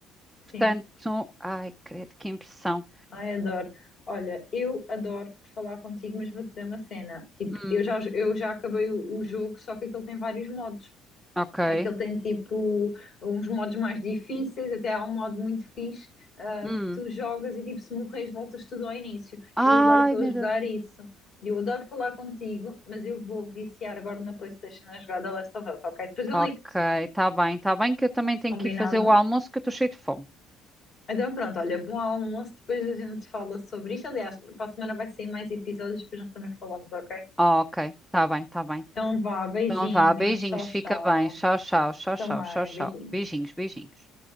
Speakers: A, on the left; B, in the centre.
A: sim.
B: Portanto, ai, credo, que impressão.
A: Ai, adoro. Olha, eu adoro falar contigo, mas vou te dizer uma cena. Tipo,
B: Hum,
A: eu já, eu já acabei o, o jogo, só que aquele tem vários modos.
B: ok.
A: Aquele tem tipo uns modos mais difíceis, até há um modo muito fixe, ah,
B: Hum.
A: que tu jogas e tipo, se morres, voltas tudo ao início.
B: Ai,
A: E eu agora estou
B: meu
A: a jogar
B: Deus.
A: isso. E eu adoro falar contigo, mas eu vou viciar agora na PlayStation a jogar The Last of Us, ok? Depois eu
B: Ok,
A: ligo-te,
B: tá bem, tá bem que eu também tenho
A: combinado?
B: que ir fazer o almoço que eu estou cheio de fome.
A: Então pronto, olha, bom almoço, depois a gente fala sobre isto. Aliás, para a semana vai sair mais episódios, depois nós também falamos, ok?
B: Ok, tá bem, tá bem.
A: Então vá, beijinhos,
B: Então vá, beijinhos,
A: tchau, tchau.
B: fica bem. Tchau, tchau, tchau,
A: Também,
B: tchau, tchau, tchau.
A: beijinhos.
B: Beijinhos, beijinhos.